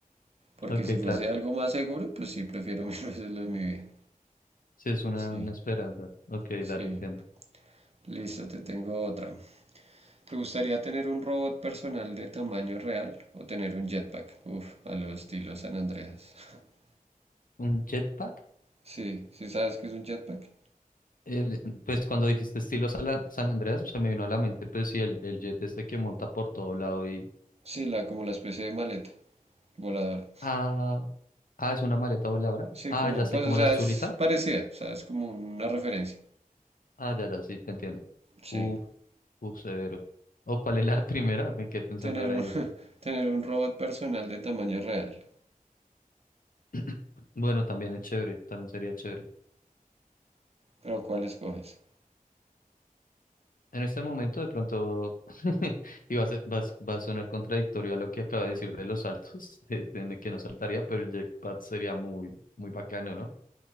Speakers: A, on the right; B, on the left.
A: Porque
B: Ok,
A: si fuese
B: claro.
A: algo más seguro, pues sí, prefiero <laughs> mil veces lo de mi vida.
B: Sí, es una,
A: Sí,
B: una esperanza. Ok,
A: sí.
B: dale, entiendo.
A: Listo, te tengo otra. ¿Te gustaría tener un robot personal de tamaño real o tener un jetpack? Uf, a lo estilo San Andreas. <laughs>
B: ¿Un jetpack?
A: Sí, ¿sí sabes qué es un jetpack?
B: El- pues cuando dijiste estilo Sala- San Andreas, se me vino a la mente, pues sí, el, el jet este que monta por todo lado y...
A: Sí, la, como la especie de maleta voladora.
B: Ah, ah, es una maleta voladora.
A: Sí,
B: Ah,
A: como,
B: ya sé,
A: pues,
B: como
A: o sea,
B: la azulita.
A: es parecida, o sea, es como una referencia.
B: Ah, ya, ya, sí, te entiendo.
A: Sí,
B: Uf, uf, severo. ¿O cuál es la <laughs> primera? Me quedé pensando
A: tener
B: ahora
A: un,
B: en
A: <laughs>
B: eso.
A: tener un robot personal de tamaño real.
B: <clears throat> Bueno, también es chévere, también sería chévere.
A: Pero ¿cuál escoges?
B: En este momento, de pronto, <laughs> y va a, ser- va a- va a sonar contradictorio a lo que acaba de decir de los saltos, <laughs> de, de que no saltaría, pero el jetpack sería muy, muy bacano, ¿no?